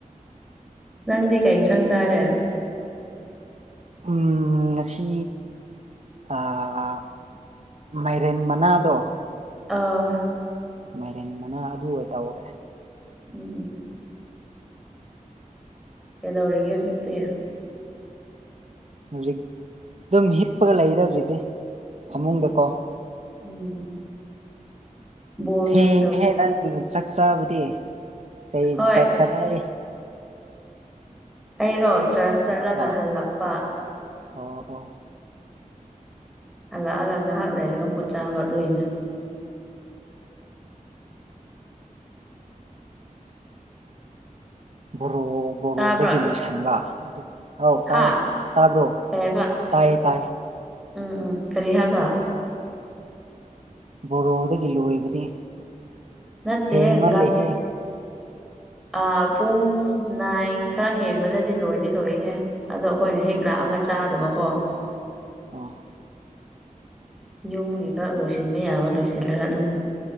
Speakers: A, in the centre; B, on the right.
A: ꯅꯪꯗꯤ ꯀꯩ ꯏꯟꯁꯥꯡ ꯆꯥꯔꯦ?
B: ꯎꯝ ꯉꯁꯤ ꯑꯥ ꯃꯥꯏꯔꯦꯟ ꯃꯅꯥꯗꯣ
A: ꯑꯧ
B: ꯃꯥꯏꯔꯦꯟ ꯃꯅꯥ ꯑꯗꯨ ꯑꯣꯏ ꯇꯧꯔꯦ
A: ꯎꯝ ꯎꯝ ꯀꯩꯗꯧꯔꯤꯒꯦ ꯍꯨꯖꯤꯛꯇꯤ?
B: ꯍꯧꯖꯤꯛ ꯑꯗꯨꯝ ꯍꯤꯞꯄꯒ ꯂꯩꯗ ꯍꯨꯖꯤꯛꯇꯤ ꯐꯃꯨꯡꯗꯀꯣ
A: ꯎꯝ ꯎꯝ ꯎꯝ ꯕꯣꯜ
B: ꯊꯦꯡꯉꯦꯍꯦ
A: ꯌꯦꯡꯗ꯭ꯔꯕꯣ
B: ꯅꯪ ꯆꯥꯛ ꯆꯥꯕꯗꯤ ꯀꯩ
A: ꯍꯣꯏ
B: ꯀ ꯀꯗꯥꯏ
A: ꯑꯩꯔꯣ ꯆꯔꯆ ꯆꯠꯂꯒ
B: ꯑꯥ
A: ꯍꯜꯂꯛꯄ
B: ꯑꯣ ꯑꯣ
A: ꯍꯜꯂꯛꯑꯒ ꯉꯥꯏꯍꯥꯛ ꯂꯩꯔꯒ ꯑꯃꯨꯛꯀ ꯆꯥꯕ ꯑꯗꯨꯒꯤꯅꯦ
B: ꯕꯣꯔꯣ ꯕꯣꯔꯣꯗꯒꯤ
A: ꯇꯥꯕ꯭ꯔꯥ
B: ꯂꯣꯏꯁꯤꯟꯕ ꯑꯗꯨ ꯍꯥꯎ ꯇꯥꯏꯌꯦ
A: ꯍꯥ
B: ꯇꯥꯕ꯭ꯔꯣ
A: ꯀꯩ ꯍꯥꯏꯕ
B: ꯇꯥꯏꯌꯦ ꯇꯥꯏꯌꯦ
A: ꯎꯝ ꯎꯝ ꯀꯔꯤ ꯍꯥꯏꯕ
B: ꯕꯣꯔꯣꯗꯒꯤ ꯂꯣꯏꯕꯗꯤ
A: ꯅꯠꯇꯦ
B: ꯊꯦꯡꯃꯜꯂꯦꯍꯦ
A: <unintelligible> ꯑꯥ ꯄꯨꯡ ꯅꯥꯏꯟ ꯈꯔꯥ ꯍꯦꯟꯕꯗꯗꯤ ꯂꯣꯏꯗꯤ ꯂꯣꯏꯍꯦ ꯑꯗꯣ ꯑꯩꯈꯣꯏꯅ ꯍꯦꯛ ꯂꯥꯛꯑꯒ
B: ꯑꯣ
A: ꯆꯥꯗꯕꯀꯣ
B: ꯑꯣ
A: ꯌꯨꯝꯒꯤ ꯈꯔ ꯂꯣꯏꯁꯤꯟꯕ ꯌꯥꯕ ꯂꯣꯏꯁꯤꯜꯂꯒ ꯑꯗꯨꯝ